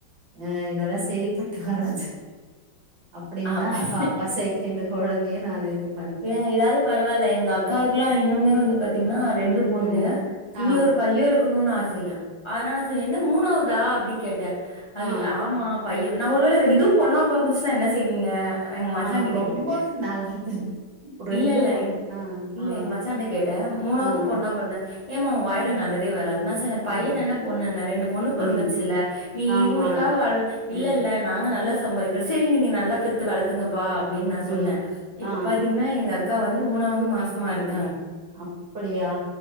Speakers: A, on the right; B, on the left.
A: ஆஹ் இதல்லாம் சேரிப்ப மகாராஜ <unintelligible> அப்படிங்கலா
B: அப்
A: பாப்பா செகண்டு கொழந்தையே நான் எதுவும்
B: ஏங்க இதாவது பரவாயில்ல எங்க அக்காவுக்கெல்லாம் இன்னுமே வந்து பாத்தீங்கன்னா ரெண்டு பொண்ணு
A: ம் ஆ
B: இனி ஒரு பையன் ஒரு பெத்துகுன்னுன்னு ஆசையா அதனால என்ன மூணாவதா அப்படின்னு கேட்டே அது
A: ஆ
B: ஆமாப் பையன் நான் ஒரு வேளை ரெண்டுதும் பொண்ணா பொறந்துருச்சுனா என்னா செய்வீங்க எங்க மச்சா
A: ஆ
B: கிட்ட
A: ரொம்ப
B: கேட்டே
A: நல்லது <unintelligible>
B: இல்ல இல்ல
A: பொண்ணு
B: எங்
A: ஆ
B: இல்ல
A: ஆ
B: எங்க மச்சாண்ட கேட்டேன் மூணாவது
A: ஆ
B: பொண்ணா பொறந்தா ஏமா உம் வாயில நல்லது வராது நா சொன்ன
A: ஆ
B: பையன் என்ன பொண்ணு என்ன ரெண்டு பொண்ணு பொறந்துடுச்சு
A: ம்
B: இல்ல நீ
A: ஆமா
B: இவங்களுக்காக வாழ் இல்ல
A: ம்
B: இல்ல நாங்க நல்லா சம்பாரிக்க சரி நீங்க நல்லா பெத்து வளர்த்துங்கப்பா அப்படின்னு நான் சொன்னேன்
A: ம்
B: இப்
A: ஆ
B: இப்ப பாத்தீங்கன்னா எங்க கா வந்து மூணாவுது மாஸ்மா இருக்
A: அப்டியா